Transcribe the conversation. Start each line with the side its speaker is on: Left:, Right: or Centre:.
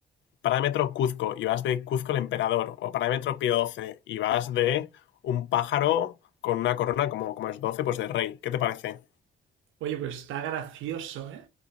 Left: parada de metro Cuzco y vas de Cuzco el Emperador, o parada de metro Pío doce y vas de un pájaro con una corona como, como es 12 pues de rey. ¿Qué te parece?
Right: Oye, pues está gracioso, ¿eh?